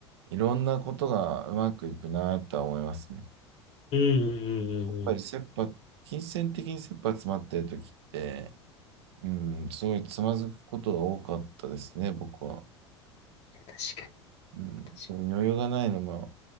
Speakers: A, on the right (about 65°); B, on the left (about 45°).
A: いろんなことがうまくいくなとは思いますね。や
B: うんうんうんうん。
A: っぱり切羽、
B: い
A: 金銭的に切羽詰まってる時って、うん、すごいつまずくことが多かったですね、僕は。
B: や、確かに、
A: うん、
B: 確かに
A: 多分余裕がないのも、